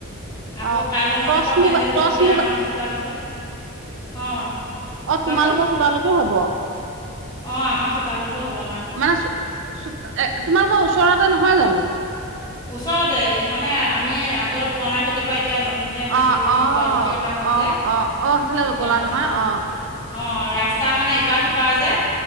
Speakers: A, on the left; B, on the right.
A: আকৌ
B: অ
A: কাইলৈ
B: টচ
A: মানৰ পৰা
B: মুগা
A: পেণ্ডেল
B: টচ
A: দিবহি
B: মুগা
A: আমাৰ চোতালতে অঁ,
B: অ
A: কোৱাচোন
B: তোমালোকৰ চোতালতো হব?
A: অঁ আমাৰ চোতালতো হ'ব
B: মানে এ তোমালোকৰ ওচৰতে নহয় জানো?
A: ওচৰতে মানে আমি আগৰ পুৰণা খেতিৰ পৰা এতিয়া, নতুনকৈ মাটি
B: অঁ
A: কিনি
B: অ
A: পেলাই উঠি অহা হ'ল
B: অ
A: যে
B: অঁ সেইফালে
A: একেভাগে
B: গ'লা নহয় অঁ,
A: অঁ ৰাস্তা মানে ইপাৰ সিপা যে